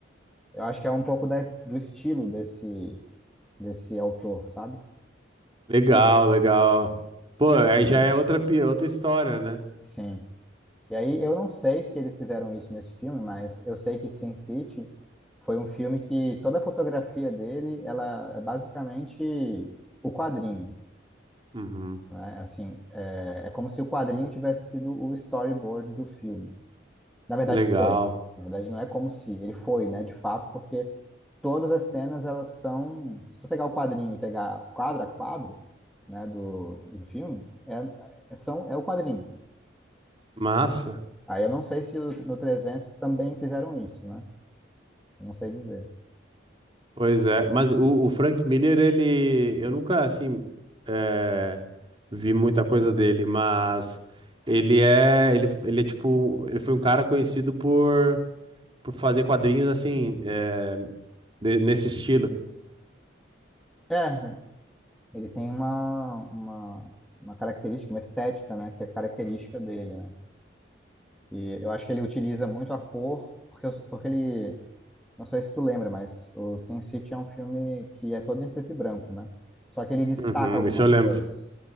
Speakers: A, in the centre; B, on the right (about 25°).
A: Eu acho que é um pouco da, do estilo desse, desse autor, sabe?
B: legal, legal. Pô, aí já é outra, pi- outra história, né?
A: Sim. E aí, eu não sei se eles fizeram isso nesse filme, mas eu sei que Sin City foi um filme que toda a fotografia dele, ela é basicamente o quadrinho,
B: Uhum.
A: né? Assim, é, é como se o quadrinho tivesse sido o storyboard do filme. Na verdade,
B: Legal.
A: foi. Na verdade, não é como se, ele foi, né? De fato, porque todas as cenas, elas são... Se tu pegar o quadrinho e pegar quadro a quadro, né, do, do filme, é, é- são, é o quadrinho.
B: Massa.
A: Aí eu não sei se o- no 300 também fizeram isso, né? Eu não sei dizer.
B: Pois é. Mas o, o Frank Miller, ele. Eu nunca, assim. é, vi muita coisa dele, mas. Ele é. Ele, ele é tipo. Ele foi um cara conhecido por, por fazer quadrinhos, assim. é, de- nesse estilo.
A: É, ele tem uma, uma, uma característica, uma estética, né? Que é característica dele, né? E eu acho que ele utiliza muito a cor, porque, eu- porque ele... Não sei se tu lembra, mas o Sin City é um filme que é todo em preto e branco, né? Só que ele destaca
B: Uhum,
A: algumas
B: isso eu lembro.
A: coisas.